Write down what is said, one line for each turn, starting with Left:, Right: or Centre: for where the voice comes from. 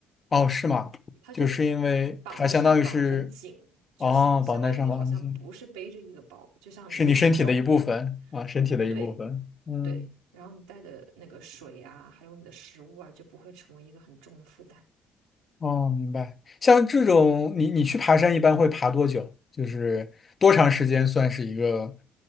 Left: 哦，是吗？
Right: 它就
Left: 就是因为它相当于是，
Right: 绑在身上绑得很紧，就相相当于你好像不是背着一个包，
Left: 哦，绑带上绑上去，
Right: 就像你的体重一样。
Left: 是你身体的一部分啊，身体的一部分。
Right: 对。
Left: 嗯。
Right: 对，然后你带的那个水啊，还有你的食物啊，就不会成为一个很重的负担。
Left: 哦，明白。像这种，
Right: 嗯，
Left: 你你去爬山一般会爬多久？就是多长时间算是一个